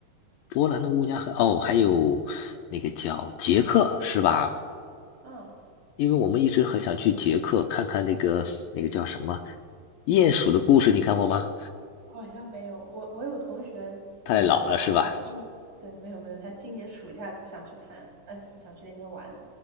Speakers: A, on the left; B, on the right.
A: 波兰的乌鸦很哦，还有那个叫捷克是吧？
B: 啊，
A: 因为我们一直很想去捷克看看那个那个叫什么鼹鼠的故事，你看过吗？
B: 好像没有，我我有同学，
A: 太老了是吧？
B: 嗯，他他今，对，没有没有，他今年暑假想去看，呃，想去那边玩。